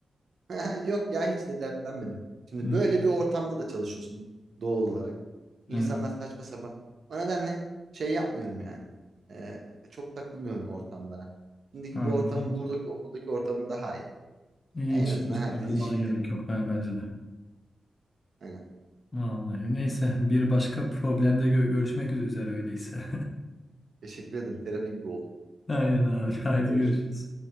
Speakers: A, on the right; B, on the left.
A: <laughs> Yok ya hiç de dertlenmedim. Şimdi
B: <laughs> Hı.
A: böyle bir ortamda da çalışıyorsun doğal olarak. İnsanlar
B: Evet.
A: saçma sapan. O nedenle şey yapmıyorum yani. E, çok takılmıyorum ortamlara. Şimdiki
B: Aynen.
A: bu ortamın
B: Hiç.
A: buradaki okuldaki ortamım daha iyi.
B: Hiç
A: E, En azından
B: hiç
A: herkes
B: takılmana
A: işiyle.
B: gerek yok ben bence de.
A: Aynen.
B: Vallahi neyse bir başka problemde gö- görüşmek üzere öyleyse.
A: Teşekkür ederim. Terapi gibi oldu.
B: <laughs> Aynen abi. Haydi
A: Görüşürüz.
B: görüşürüz.